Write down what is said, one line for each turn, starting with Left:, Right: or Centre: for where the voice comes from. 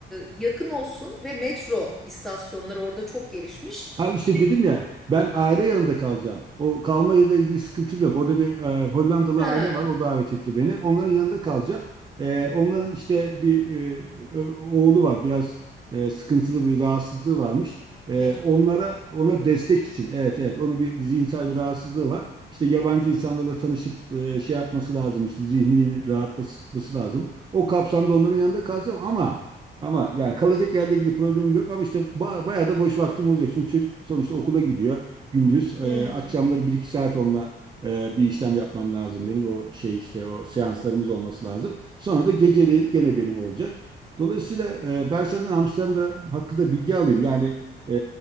Centre: yakın olsun ve metro istasyonları orada çok gelişmiş.
Right: Ha işte
Centre: Ve-
Right: dedim ya ben aile yanında kalacağım. O kalmayla ilgili sıkıntım yok. Orada bir e, Hollandalı
Centre: Ha,
Right: aile var. O davet etti beni. Onların yanında kalacağım. E, onların işte bir e, e, oğlu var. Biraz e, sıkıntılı bir rahatsızlığı varmış. E,
Centre: geç.
Right: onlara ona destek için. Evet evet. Onun bir zihinsel bir rahatsızlığı var. İşte yabancı insanlarla tanışıp e, şey yapması lazım. işte zihnini rahatlatması lazım. O kapsamda onların yanında kalacağım ama ama yani kalacak yerle ilgili problemim yok ama işte ba- bayağı da boş vaktim olacak. Çünkü çocuk sonuçta okula gidiyor gündüz.
Centre: Hmm.
Right: Ee, akşamları 1-2 saat onunla e, bir işlem yapmam lazım benim. O şey işte o seanslarımız olması lazım. Sonra da geceliğin gene benim olacak. Dolayısıyla e, ben senden Amsterdam'da hakkında bilgi alayım. Yani e,